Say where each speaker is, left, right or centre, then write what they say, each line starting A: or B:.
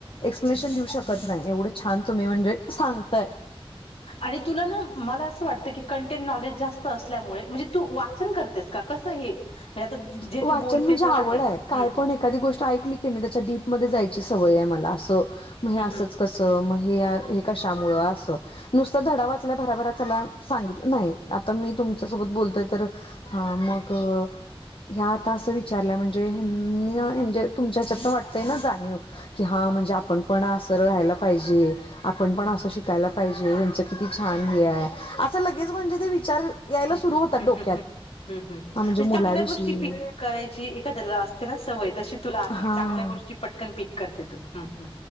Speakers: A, on the left; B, on the left.
A: एक्सप्लेनेशन देऊ शकत नाही एवढं छान तुम्ही म्हणजे सांगताय.
B: आणि तुला ना मला असं वाटतं की, कंटेंट नॉलेज जास्त असल्यामुळे म्हणजे तू वाचन करतेस. का कस येईल? म्हणजे आता जे
A: वाचन
B: तू बोलते
A: म्हणजे
B: पण
A: आवड
B: आहेस.
A: आहे काय
B: हम्.
A: पण एखादी गोष्ट ऐकली की नाही त्याच्या डीपमध्ये जायची सवय आहे आम्हाला असं म हे
B: हम्म
A: आसच. कसं मग? हे हे कशामुळं आसं? नुसता धडा वाचल्या भराभरा त्चला सांगितलं नाही. बीयाकलसांगितलं नाही आता मी तुमच्यासोबत बोलतोय तर हा मग? ह्यात असं विचारल्या म्हणजे म्हणजे तुमच्या हच्यात पण वाटतय ना जाणीव. की हा म्हणजे आपण पण असं राहायला पाहिजे. आपण पण असं शिकायला पाहिजे ह्याचं किती छान हे आहे असं लगेच म्हणजे ते विचार. यायला
B: हं
A: सुरू
B: हं
A: होतात
B: हं
A: डोक्यात
B: हुं हुं म्हणजे
A: हा मुलाविषयी
B: चांगल्या गोष्टी. कीपिक करायची एखद्याला असते ना सवय तशी. तुला आहे
A: हा
B: चांगल्या गोष्टी पटकन पीक करते तू हुं हुं.